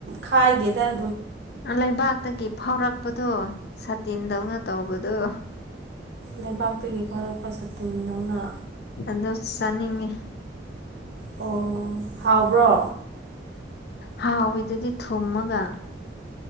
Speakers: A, on the right; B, on the left.
A: ꯈꯥꯏꯒꯦꯗ
B: ꯂꯩꯕꯥꯛꯇꯒꯤ ꯐꯥꯎꯔꯛꯄꯗꯣ ꯁꯥꯇꯤꯟꯗꯧꯅ ꯇꯧꯕꯗꯨꯣ
A: ꯂꯩꯕꯥꯛꯇꯒꯤ ꯍꯔ ꯄ ꯁꯇꯗꯅ
B: ꯑꯗꯨ ꯆꯥꯅꯤꯡꯉꯤ
A: ꯑꯣ ꯍꯥꯎꯕ꯭ꯔꯣ
B: ꯍꯥꯎꯋꯦꯗꯨꯗꯤ ꯊꯨꯝꯃꯒ